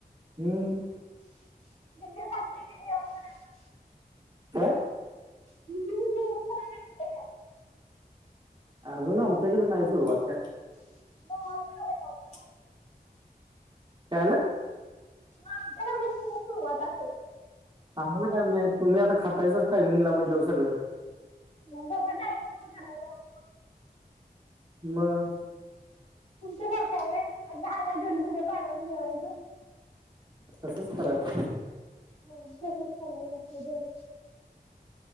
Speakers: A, on the right; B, on the left.
A: हम्म.
B: <inaudible> करायचं
A: काय?
B: म्हणजे मी जेवण करायला घातलंय
A: अजून आमच्याकडे नाय सुरवात काय.
B: <inaudible>
A: काय झाल?
B: आमच्याकडं कसं काय सुरुवात असल.
A: आम्हाला काय माहित तुम्ही आता खातायचच टायमिंगला म्हणल्याव सगळं.
B: माझ बटा आहेम करायला <unintelligible>
A: मग
B: तुमच्यासारखंय व्हय आज दहाला जेवलो की उद्या बाराला जेवायचं.
A: तसच करायचं असतय
B: हा तसच करायला अस तर.